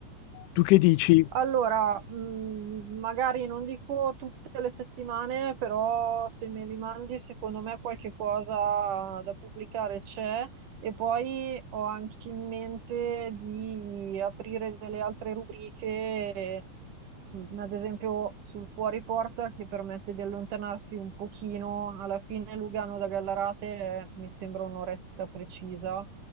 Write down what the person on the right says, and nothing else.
Allora, mh, magari non dico tutte le settimane, però se me li mandi, secondo me qualche cosa da pubblicare c'è. E poi ho anche in mente di aprire delle altre rubriche, mh, ad esempio sul fuori porta, che permette di allontanarsi un pochino. Alla fine Lugano da Gallarate è- mi sembra un'oretta precisa